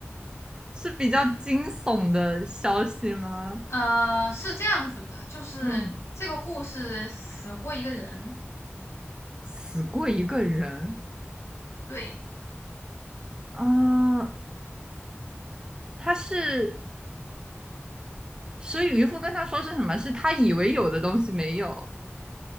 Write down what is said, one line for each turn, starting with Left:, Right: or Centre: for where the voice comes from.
Right: 是比较惊悚的消息吗？
Left: 呃，是这样子的，就是这个故事死过一个人，
Right: 嗯，死过一个人
Left: 对
Right: 啊，呃他是，所以渔夫跟他说是什么？是他以为有的东西没有，